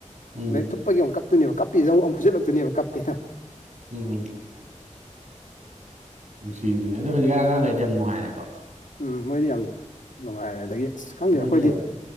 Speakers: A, on the right; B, on the left.
A: ꯎꯝ
B: ꯑꯗꯩ ꯊꯨꯞꯄꯒꯤ ꯑꯃꯨꯛ ꯀꯞꯇꯣꯏꯅꯦꯕ ꯀꯞꯄꯤꯖꯤꯗ ꯑꯃꯨꯛ ꯐꯨꯜꯖꯜꯂꯛꯇꯣꯏꯅꯦꯕ ꯀꯞꯄꯦꯅ
A: ꯎꯝ ꯅꯨꯡꯁꯤꯕꯅꯦ ꯑꯗꯨ ꯍꯧꯖꯤꯛꯀꯥꯟ ꯑꯉꯥꯡꯈꯩꯗꯤ ꯌꯥꯝ ꯅꯨꯡꯉꯥꯏꯔꯦꯀꯣ
B: ꯎꯝ ꯃꯣꯏꯗꯤ ꯌꯥꯝꯅ ꯅꯨꯡꯉꯥꯏꯔꯦ ꯑꯗꯒꯤ ꯑꯁ ꯈꯪꯗꯦꯗ
A: ꯃꯣꯏꯗꯤ
B: ꯑꯩꯈꯣꯏꯗꯤ
A: ꯌꯥꯝ